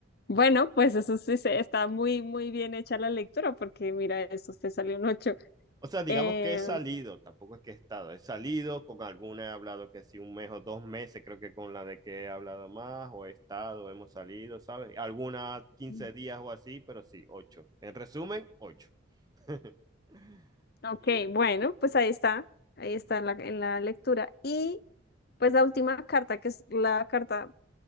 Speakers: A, on the left (about 50°); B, on the right (about 20°).
A: Bueno, pues eso sí se- está muy, muy bien hecha la lectura, porque mira, eso te salió un ocho
B: O sea, digamos
A: Eh,
B: que he salido, tampoco es que he estado, he salido, con alguna he hablado que sí, un mes o dos meses, creo que con la de que he hablado más, o he estado, hemos salido, ¿sabes? Algunas quince
A: Mm.
B: días o así, pero sí, ocho. En resumen, ocho. <laughs>
A: Ok,
B: Muy bien,
A: bueno,
B: muy bien,
A: pues
B: muy
A: ahí
B: bien.
A: está, ahí está en la, en la lectura. Y pues la última carta, que es la carta